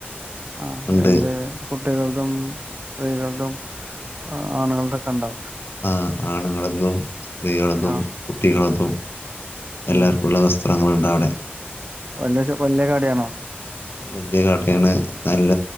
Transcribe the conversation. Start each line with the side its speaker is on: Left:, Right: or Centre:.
Right: ആഹ്
Left: ഉണ്ട്
Right: എന്ത് കുട്ടികൾതും സ്ത്രീകൾതും ആഹ് ആണുങ്ങൾതക്കെണ്ടാ?
Left: ആഹ് ആണുങ്ങൾതും സ്ത്രീകൾതും
Right: ആ
Left: കുട്ടികൾതും എല്ലാർക്കുള്ള
Right: ഉം
Left: വസ്ത്രങ്ങളുണ്ട് അവടെ.
Right: വല്യച്ച വല്യ കടയാണോ?
Left: വല്യ കടയാണ് നല്ല